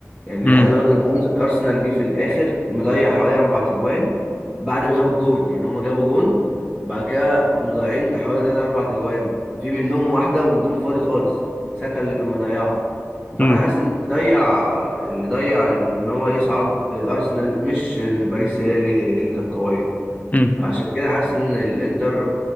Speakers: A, on the right; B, on the left.
A: يعني
B: امم
A: عايز اقول لك ان أرمز- ارسنال جه في الاخر مضيع حوالي اربع تجوان بعد ما جابوا الجون يعني هما جابوا جون بعد كده مضيعين حوالي تلات اربع تجوان في منهم واحده والجون فاضي خالص ساكا اللي كان مضيعها فانا
B: امم
A: حاسس ان اللي ضيع اللي ضيع ان هو يصعد الارسنال مش ان باريس هي اللي اللي كانت قويه
B: امم
A: عشان كده حاسس ان الانتر